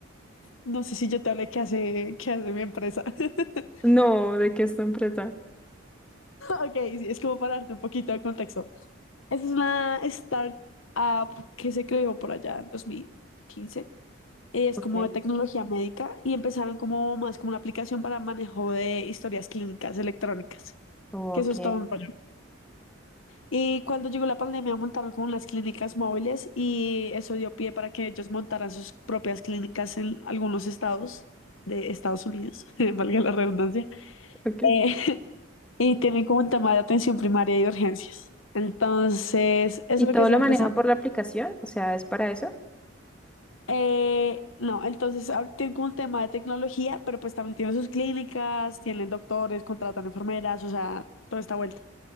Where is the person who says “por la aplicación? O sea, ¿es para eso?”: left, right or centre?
Centre